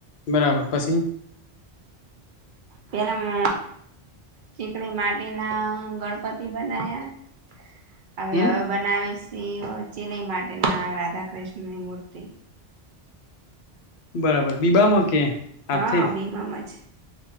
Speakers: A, on the left; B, on the right.
A: બરાબર પછી
B: પેલા મુ ચીકણી માટી ના ગણપતિ બનાયા. <inaudible> હવે
A: હમ
B: હવે બનાવીશી ચિનઈ માટીના રાધા કૃષ્ણની મૂર્તિ.
A: બરાબર બીબામાં કે.
B: હા
A: હાથે
B: બીમામ જ.